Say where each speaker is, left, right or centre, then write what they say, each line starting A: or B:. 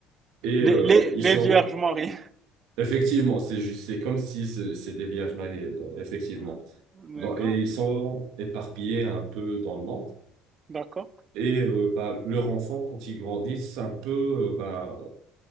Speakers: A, on the right; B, on the right.
A: Et,
B: Les,
A: euh,
B: les,
A: ils
B: les
A: sont,
B: Vierges Marie.
A: effectivement, c'est juste, c'est comme si c'est c'est des vierges mariées, euh, effectivement.
B: <laughs> D'accord,
A: Donc, et ils sont éparpillés un peu dans le monde.
B: d'accord.
A: Et, euh, bah, leur enfant, quand ils grandissent, un peu, euh, bah,